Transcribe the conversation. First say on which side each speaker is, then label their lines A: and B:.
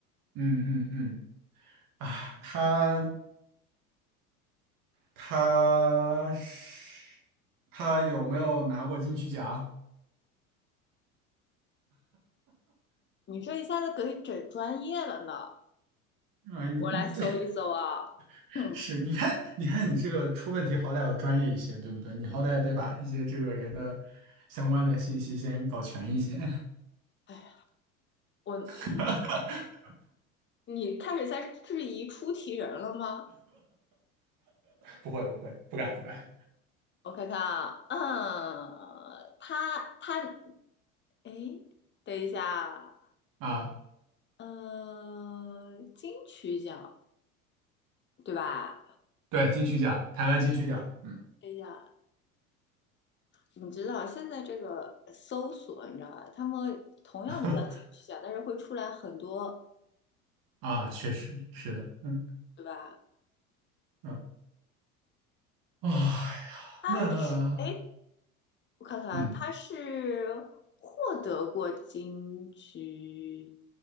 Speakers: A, on the right; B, on the left.
A: 嗯嗯嗯，啊，他。他是他有没有拿过金曲奖？
B: 你这一下子给整专业了呢，
A: 啊、你你对，
B: 我来搜一搜啊。
A: <laughs>
B: 嗯，
A: 是你看，你看你这个出问题，好歹要专业一些，对不对？你好歹得把一些这个人的相关的信息先搞全一些。
B: 哎呀，我
A: <laughs>
B: 你开始在质疑出题人了吗？
A: 不会不会，不敢不敢
B: 我看看啊，嗯，他他，哎，等一下啊，
A: 啊！
B: 嗯、金曲奖对吧？
A: 对，金曲奖，台湾金曲奖，嗯
B: 等一下，你知道现在这个搜索，你知道吧？他们同样的叫金曲奖，
A: <laughs>
B: 但是会出来很多，
A: 啊，确实是的，嗯
B: 对吧？
A: 嗯，哎
B: 他是，
A: 呀，那
B: 哎，我看看啊，
A: 嗯
B: 他是获得过金曲，